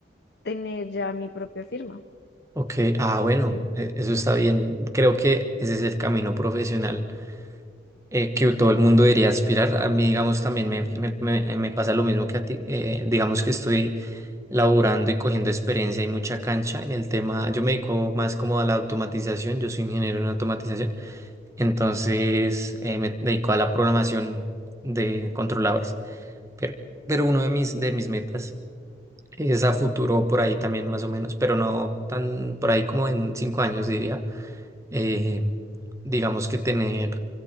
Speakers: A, on the left; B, on the right.
A: tener ya mi propia firma.
B: ok. Ah, bueno,
A: Ujú.
B: e- eso está bien. Creo que ese es el camino profesional eh, que todo el mundo debería aspirar. A mí, digamos, también me, me- me- me pasa lo mismo que a ti. Eh, digamos que estoy laborando y cogiendo experiencia y mucha cancha en el tema. Yo me dedico más como a la automatización. Yo soy ingeniero en automatización. Entonces, eh, me dedico a la programación de controladores. Pero, pero uno de mis, de mis metas es a futuro por ahí también más o menos, pero no tan por ahí como en cinco años diría. eh, digamos que tener